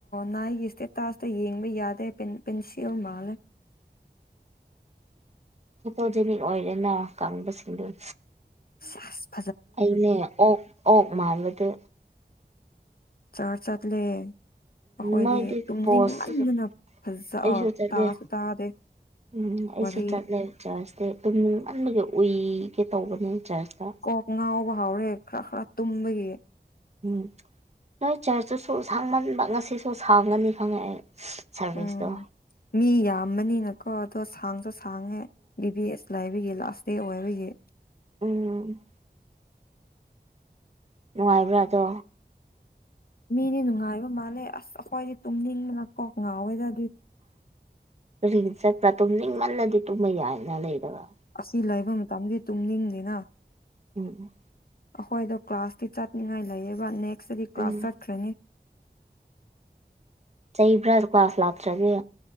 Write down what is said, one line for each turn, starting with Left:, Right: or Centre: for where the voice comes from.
Left: ꯅꯥꯏꯒꯤ ꯏꯁꯇꯦꯇꯥꯁꯇ ꯌꯦꯡꯕ ꯌꯥꯗꯦ ꯄꯦꯟꯁꯤꯜ ꯃꯥꯜꯂꯦ
Right: ꯐꯣꯇꯣꯖꯦꯅꯤꯛ ꯑꯣꯏꯔꯦꯅ ꯀꯪꯕꯁꯤꯡꯗꯨ
Left: ꯁꯥꯁ
Right: ꯑꯩꯅꯦ ꯑꯣꯛ ꯑꯣꯛ ꯃꯥꯟꯕꯗꯨ
Left: ꯆꯔꯆ ꯆꯠꯂꯦ ꯑꯈꯣꯏꯗꯤ
Right: ꯅꯣꯏꯗꯤ
Left: ꯇꯨꯝꯅꯤꯡꯃꯟꯗꯅ
Right: ꯄꯣꯁꯁꯨ
Left: ꯐꯖ
Right: ꯑꯩꯁꯨ ꯆꯠꯂꯦ
Left: ꯇꯥꯁꯨ ꯇꯥꯗꯦ
Right: ꯎꯝ ꯑꯩꯁꯨ
Left: ꯋꯥꯔꯤ
Right: ꯆꯠꯂꯦ ꯆꯔꯆꯇꯤ ꯇꯨꯝꯅꯤꯡꯃꯟꯕꯒꯤ ꯎꯏꯒꯦ ꯇꯧꯕꯅꯦ ꯆꯔꯆꯇ
Left: ꯀꯣꯛ ꯉꯥꯎꯕ ꯍꯥꯎꯔꯦ ꯈꯔ ꯈꯔ ꯇꯨꯝꯕꯒꯤ
Right: ꯎꯝ ꯅꯣꯏ ꯆꯔꯆꯇꯨꯁꯨ ꯁꯥꯡꯃꯟꯕ ꯉꯁꯤꯁꯨ ꯁꯥꯡꯒꯅꯤ ꯈꯪꯉꯦ ꯑꯩ ꯁꯥꯔꯚꯤꯁꯇꯣ
Left: ꯎꯝ ꯃꯤ ꯌꯥꯝꯕꯅꯤꯅꯀꯣ ꯑꯗꯣ ꯁꯥꯡꯁꯨ ꯁꯥꯡꯉꯦ ꯕꯤꯕꯤ ꯑꯦꯁꯂꯥꯏ ꯑꯗꯨꯒꯤ ꯂꯥꯁ ꯗꯦ ꯑꯣꯏꯕꯒꯤ
Right: ꯎꯝ ꯅꯨꯡꯉꯥꯏꯕ꯭ꯔꯥ ꯑꯗꯣ
Left: ꯃꯤꯗꯤ ꯅꯨꯡꯉꯥꯏꯕ ꯃꯥꯜꯂꯦ ꯑꯁ ꯑꯈꯣꯏꯗꯤ ꯇꯨꯝꯅꯤꯡꯕꯅꯥ ꯀꯣꯛ ꯉꯥꯎꯋꯦꯗꯥ
Right: ꯀꯔꯤꯒꯤ ꯆꯠꯄ ꯇꯨꯝꯅꯤꯡꯃꯜꯂꯗꯤ ꯇꯨꯝꯕ ꯌꯥꯏꯅ ꯂꯩꯔꯒ
Left: ꯑꯁꯤ ꯂꯩꯏꯕ ꯃꯇꯝꯗꯤ ꯇꯨꯝꯅꯤꯡꯗꯤꯅꯥ
Right: ꯎꯝ
Left: ꯑꯈꯣꯏꯗꯣ ꯀ꯭ꯂꯥꯁꯇꯤ ꯆꯠꯅꯤꯉꯥꯏ ꯂꯩꯌꯦꯕꯥ ꯅꯦꯛꯁꯇꯗꯤ ꯀ꯭ꯂꯥꯁ
Right: ꯎꯝ
Left: ꯆꯠꯈ꯭ꯔꯅꯤ
Right: ꯀꯤꯕ꯭ꯔꯥ ꯀ꯭ꯂꯥꯁ ꯂꯥꯛꯇ꯭ꯔꯗꯤ